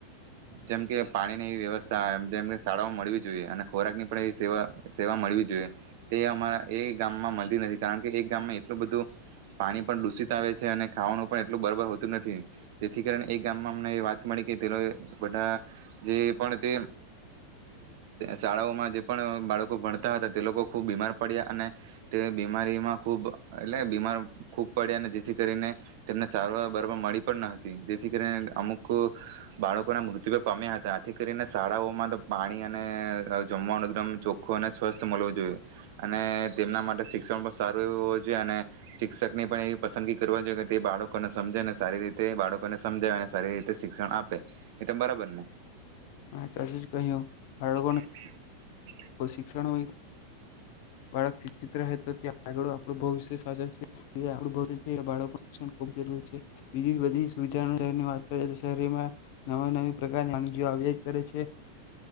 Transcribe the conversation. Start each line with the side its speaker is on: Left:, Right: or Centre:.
Right: જેમ કે પાણીની વ્યવસ્થા જેમ કે શાળાઓમાં મળવી જોઈએ અને ખોરાક ની પણ એવી સેવા સેવા મળવી જોઈએ તે અમારા એ ગામમાં મળતી નથી કારણ કે એક ગામમાં એટલું બધું પાણી પણ દૂષિત આવે છે અને ખાવાનું પણ એટલું બરાબર હોતું નથી. જેથી કરીને એ ગામમાં અમને વાત મળી કે તે બધા જે પણ તે શાળાઓમાં જે પણ બાળકો ભણતા હતા. તે લોકો ખૂબ બીમાર પડ્યા અને તે બીમારીમાં ખૂબ એટલે બીમાર ખૂબ પડ્યા અને જેથી કરીને તેમને સારવાર બરોબર મળી જેથી કરીને અમુક બાળકોના મૃત્યુ પામ્યા હતા. આથી કરીને શાળાઓમાં તો પાણી અને જમવાનું એકદમ ચોખ્ખું અને સ્વસ્થ મળવું જોઈએ અને તેમના માટે શિક્ષણ પણ સારું એવું હોવું જોઈએ અને શિક્ષકની પણ એવી પસંદગી કરવા જોઈએ કે તે બાળકોને સમજે ને સારી રીત તે બાળકોને સમજાવે અને સારી રીતે શિક્ષણ આપે એતો બરાબર ને.
Left: હા સાચું જ કહ્યું હડવો
Right: <inaudible>
Left: શિક્ષણ <unintelligible> શિક્ષિત રહે તો તે આળ આપણું ભવિષ્ય ખુબ જરૂરી છે બીજી બધીની વાત કરી તો શહેરમાં નવા નવી પ્રકારની માંદગી આવ્યા જ કરે છે